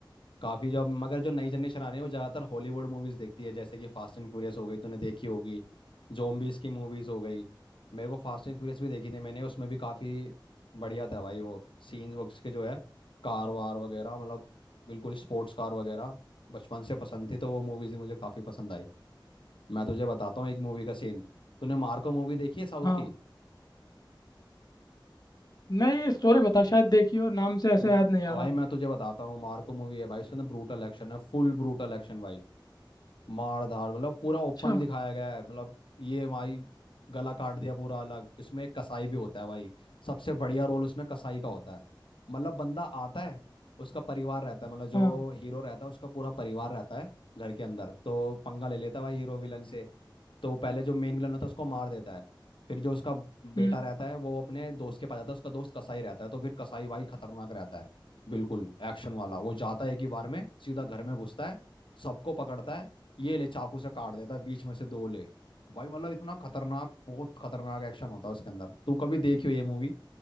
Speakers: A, on the left; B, on the left.
A: काफी जॉब मगर जो नई जनरेशन आ रही है वो ज्यादातर हॉलीवुड मूवीज देखती है जैसे कि फास्ट एंड फ्यूरियस हो गई तूने देखी होगी जोम्बीज की मूवीज हो गई मेरे को फास्ट एंड फ्यूरियस भी देखी थी मैंने उसमें भी काफी बढ़िया था भाई वो सीन्स उसके जो है कार वार वगैरह मतलब बिल्कुल स्पोर्ट्स कार वगैरह बचपन से पसंद थी तो वो मूवीज भी मुझे काफी पसंद आई मैं तुझे बताता हूँ एक मूवी का सीन तूने मार्को मूवी देखी है साउथ
B: हाँ
A: की
B: नहीं स्टोरी बता शायद देखी हो नाम से
A: नहीं
B: ऐसे याद नहीं आ
A: अब भाई
B: रहा
A: मैं तुझे बताता हूँ मार्को मूवी है भाई उसके अंदर ब्रूटल एक्शन है फुल ब्रूटल एक्शन भाई मार धाड़ मतलब पूरा ओपन
B: अच्छा
A: दिखाया गया है मतलब ये भाई गला काट दिया पूरा अलग इसमें एक कसाई भी होता है भाई सबसे बढ़िया रोल उसमें कसाई का होता है मतलब बंदा आता है उसका परिवार रहता है मतलब जो
B: हाँ
A: हीरो रहता है उसका पूरा परिवार रहता है घर के अंदर तो पंगा ले लेता है भाई हीरो विलन से तो पहले जो मेन विलन होता है उसको मार देता है फिर जो उसका बेटा
B: हम्म
A: रहता है वो अपने दोस्त के पास जाता है उसका दोस्त कसाई रहता है तो फिर कसाई भाई खतरनाक रहता है बिल्कुल एक्शन वाला वो जाता है एक ही बार में सीधा घर में घुसता है सबको पकड़ता है ये ले चाकू से काट देता है बीच में से दो ले भाई मतलब इतना खतरनाक बहुत खतरनाक एक्शन होता है उसके अंदर तू कभी देखियो ये मूवी